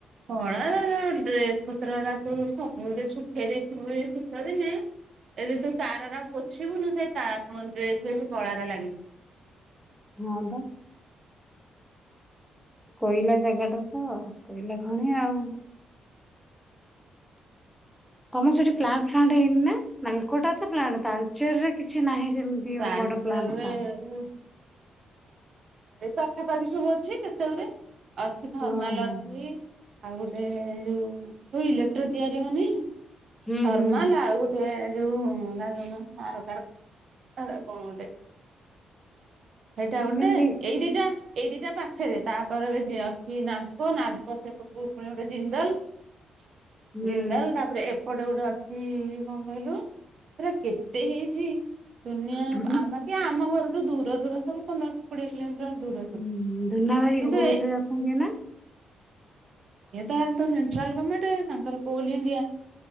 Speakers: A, on the right; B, in the centre.
A: କଳା ଡ୍ରେସ ପତ୍ରରା ତୁ ସବୁ ଶୁଖେଇ ଦେଇଥିବୁ ଶୀତ ଦିନେ ଏଦି ତୁ ତାରରା ପୋଛିବୁନି ସେ ତା କ ଡ୍ରେସରେ ବି କଳାରେ ଲାଗିିଜିବ।
B: ହଁ ପା। କୋଇଲା ଜାଗାଟା ତ କୋଇଲା ଖଣି ଆଉ। ତମ ସେଠି ପ୍ଲାଣ୍ଟ ଫ୍ଲାଣ୍ଟ ହେଇନି ନା ନାଲକୋଟା ତ ପ୍ଲାଣ୍ଟ ତାଲଚରରେ କି କିଛି ନାହିଁ ସେମିତି
A: ତାଲରେ
B: ବଡର ପ୍ଲାଣ୍ଟ ପ୍ଲାଣ୍ଟ।
A: <inaudible> ଏ ପାଖାପାଖି ସବୁ ଅଛି କେତେ ଗୁରେ ଅଛି ଥର୍ମାଲ
B: ଓହୋ।
A: ଅଛି। ଆଉ ଗୋଟେ ଯୋଉ ସବୁ ଇଲେକ୍ଟ୍ରିକ ତିଆରି ହଉନି।
B: ହୁଁ
A: ଥର୍ମାଲ
B: ହୁଁ
A: ଆଉ ଗୋଟେ ଯୋଉ ସେରା କଣ ଗୋଟେ। ସେଇଟା
B: ମୁଁ
A: ଗୋଟେ
B: କହିଲି
A: ଏଇ ଦିଟା। ଏଇ ଦିଟା ପାଖରେ ତାପରେ ଅଛି ନାଲକୋ ନାଲକୋ ସେପଟକୁ ପୁଣି ଗୋଟେ ଜିନ୍ଦଲ। <inaudible>
B: ହୁଁ
A: ଜିନ୍ଦଲ ତାପରେ ଏପଟେ ଗୋଟେ ଅଛି କଣ କହିଲୁ ସେରା କେତେ ହେଇଛି? ଦୁନିଆ
B: ଧୁନ
A: ଆମ କି ଆମ ଘରଠୁ ଦୂର ଦୂର ସବୁ ପନ୍ଦର କୋଡିଏ କିଲୋମିଟର। ଦୂର ସବୁ
B: ହୁଁ ଧୂନା ଭାଇ
A: କିନ୍ତୁ
B: କୋଉଥିରେ
A: ଏ ଇଏ
B: ଅଛନ୍ତି ଏଇନା?
A: ଏ ତାର ତ ସେଣ୍ଟ୍ରାଲ ଗମେଣ୍ଟ ତାଙ୍କର କୋଲ ଇଣ୍ଡିଆ